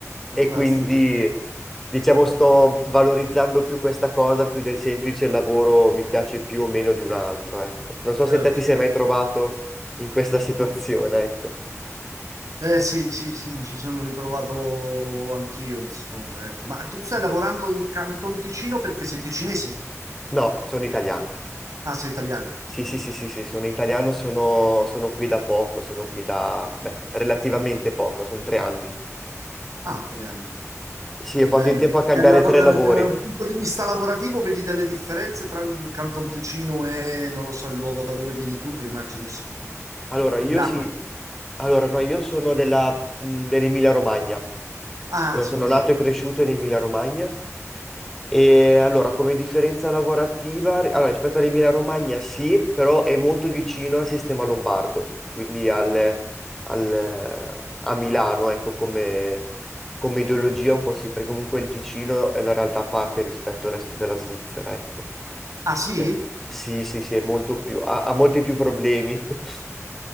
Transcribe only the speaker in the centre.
E quindi, diciamo, sto valorizzando più questa cosa, più del semplice lavoro mi piace più o meno di un altro, ecco. Non so
se te ti sei mai trovato in questa situazione, ecco.
No, sono italiano.
Sì,
sì, sì, sì, sì, sono italiano, sono, sono qui da poco, sono qui da, beh, relativamente poco, sono tre anni.
Sì, ho
fatto in tempo a cambiare
tre lavori.
Allora, io
sì, allora no, io sono della, mh, dell'Emilia Romagna,
io
sono
nato e cresciuto in Emilia Romagna e allora come differenza lavorativa, allora rispetto all'Emilia Romagna sì, però è molto vicino al sistema lombardo, quindi al, al- a Milano, ecco, come, come ideologia un po' sì, perché comunque il Ticino è una realtà a parte rispetto al resto della Svizzera, ecco.
Eh, sì, sì, sì, è molto più, ha ha molti più problemi. <laughs>